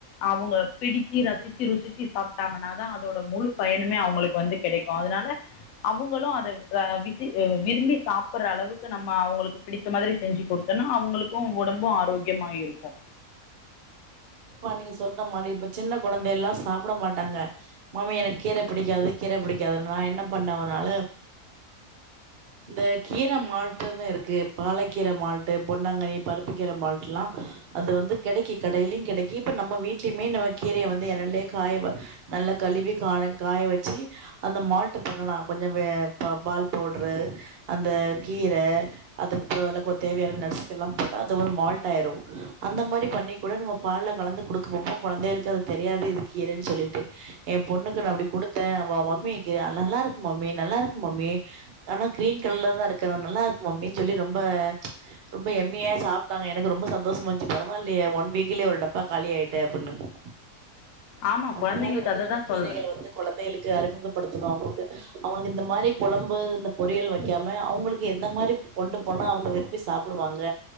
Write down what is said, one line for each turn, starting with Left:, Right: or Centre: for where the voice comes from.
Left: அவங்க பிடிச்சு ரசிச்சு ருசிச்சு சாப்பட்டாங்கன்னா தான் அதோட முழு பயணமே அவங்களுக்கு வந்து கெடைக்கும் அதனால அவங்களும் அதை விசி விரும்பி சாப்படுற அளவுக்கு நம்ம அவங்களுக்கு பிடிச்ச மாரி செஞ்சு கொடுத்தோனா அவங்களுக்கும் உடம்பும் ஆரோக்கியம இருக்கும்
Right: இப்ப நீங்க சொல்ற மாரி இப்ப சின்ன கெழந்தை எல்லாம் சாப்பட மாட்டாங்க மாமி எனக்கு கீர பிடிக்காது கீர பிடிக்காதுன்ன நான என்ன பண்ணனால இந்த கீர மால்ட்டுன்னு இருக்கு பாலக்கீர மால்ட்டு பொன்னாங்கனி பருப்பு கீர மால்ட் எல்லாம் அது வந்து கெடைக்க கடயிலயும் கெடைக்க இப்ப நம்ம வீட்லயுமே நம்ம கீரய வந்து என்னல்லயே காய நல்லா கழுவி கா காய வச்சு அந்த மால்ட் பண்ணலாம் கொஞ்சம் பால் பவுட்ரு அந்த கீர அதுக்கப்பறம் அதல்லாம் தேவையான நடஸு்க எல்லாம் போட்டா அது ஒரு மால்ட் ஆயிடும் அந்த மாரி பண்ணி கூட நம்ம பால்ல கலந்து கொடுக்க போப்போ குழந்தைகளுக்கு அது தெரியாது இது கீறன்னு சொல்லிட்டு என் பொண்ணுக்கு நான் அப்படி கொடுத்தேன் மம்மி நல்லா இருக்கும் மம்மி நல்லா இருக்கும் மம்மி ஆனா கிரீன் கலர்லதான் இருக்க நல்லா இருக்கும் மம்னு சொல்லி ரொம்ப ரொம்ப எம்மையா சாப்பிட்டாங்க எனக்கு ரொம்ப சந்தோஷம் இருந்துச்சு பரவாில்லைய ஒன் வீக்லயே ஒரு இப்பா கால ஆயிட்டே அப்படின்ண்ணனு
Left: ஆமாம்
Right: அந்த
Left: குழந்தைங்களுக்கு
Right: மாரி வந்து
Left: அதை
Right: நம்ம
Left: தான்
Right: கீரகள்
Left: சொல்கிறேன்
Right: வந்து கெழந்தைகளுக்கு அறிமுகம் ப்படுத்தணும் அவங்களுக்கு அவங்களுக்கு இந்த மாரி குழம்பு இந்த பொரியல் வைக்காம அவங்களுக்கு எந்த மாரி கொண்டு போனா அவங்க விரும்பி சாப்படுவாங்க